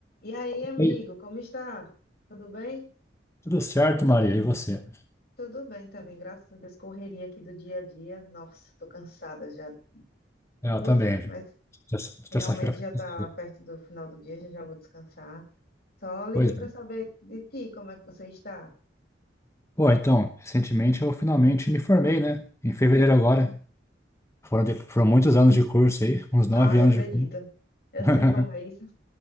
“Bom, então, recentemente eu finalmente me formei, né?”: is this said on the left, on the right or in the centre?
Left